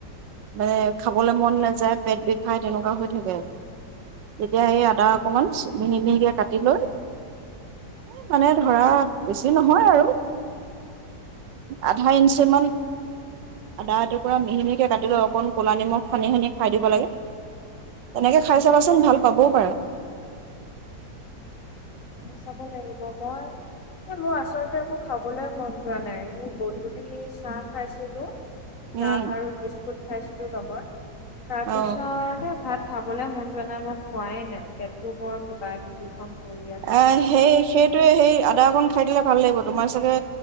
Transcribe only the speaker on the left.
খাই চাব লাগিব মই এই মোৰ আচলতে একো খাবলৈ মন যোৱা নাই স গধূলি চাহ খাইছিলো
চাহ আৰু কি কট খাইছিলো লগত তাৰপিছত
ভাত খাবলে মন যোৱা নাই মই খোৱাই নাই পেটটো বৰ কিবা কিবিখন কৰি আছে